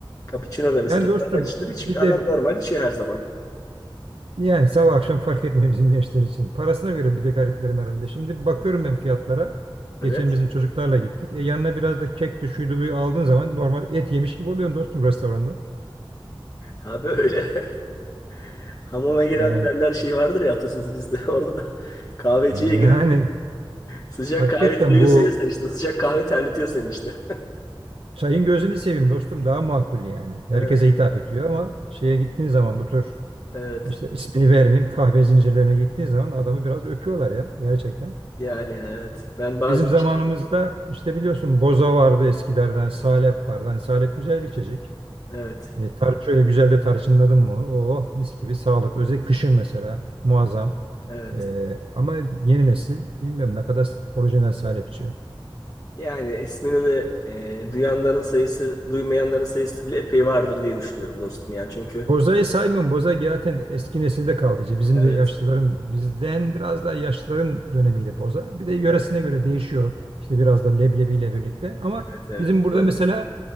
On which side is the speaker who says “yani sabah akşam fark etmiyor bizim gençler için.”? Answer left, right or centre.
Right